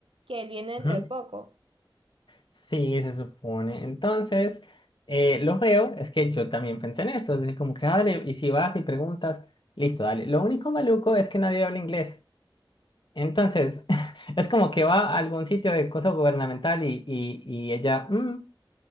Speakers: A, on the right (about 85°); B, on the left (about 65°).
A: que él viene dentro
B: Ujú.
A: de poco.
B: Sí, se supone. Entonces, eh, lo veo es que yo también pensé en eso. Es decir, como que, ah, dale, y si vas y preguntas, listo, dale. Lo único maluco es que nadie habla inglés. Entonces, <laughs> es como que va a algún sitio de cosa gubernamental y, y, y ella, "Mm,